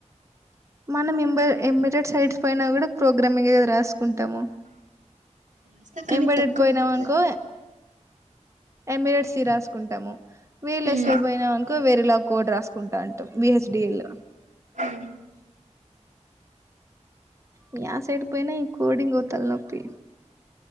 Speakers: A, on the right; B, on the right.
A: మనం ఎంబ ఎంబెడెడ్ సైడ్స్ పైనా గుడా ప్రోగ్రామింగ్ గ రాసుకుంటాము.
B: ఇస్తా కానీ
A: ఎంబడడి
B: తక్కువ
A: పోయినవనుకో
B: కదా
A: ఎమిరెట్స రాసుకుంటాము వీళ్ళ
B: ఉమ్
A: ఎస్ ఐ అయిపోయినవనుకో వేరే ల కోడ్ రాసుకుంటంటం బిహెచ్డీఎల్ లొ
B: ఉ
A: ఇగ ఆ సైడ్ పోయినా ఈ కోడింగో తల నొప్పి